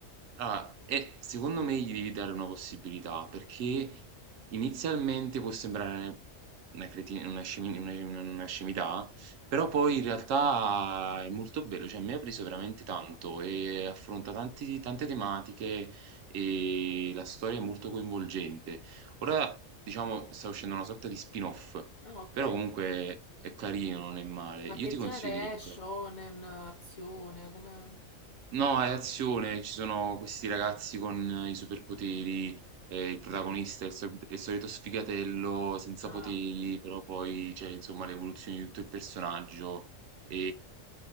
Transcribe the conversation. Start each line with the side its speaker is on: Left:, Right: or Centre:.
Right: Ah, e secondo me gli devi dare una possibilità, perché inizialmente può sembrare una cretina, una scemi- una- una scemità, però poi in realtà è molto bello, cioè mi ha preso veramente tanto e affronta tanti- tante tematiche e la storia è molto coinvolgente. Ora, diciamo, sta uscendo una sorta di spin-off,
Left: Ah, ok.
Right: però comunque è carino, non è male.
Left: Ma
Right: Io
Left: che
Right: ti
Left: genere
Right: consiglio di recuperare.
Left: è? Shonen, azione, com'è?
Right: No, è azione, ci sono questi ragazzi con eh, i superpoteri, eh,
Left: Ok.
Right: il protagonista è il, soli- è il solito sfigatello senza
Left: Ah.
Right: poteri, però poi c'è insomma l'evoluzione di tutto il personaggio e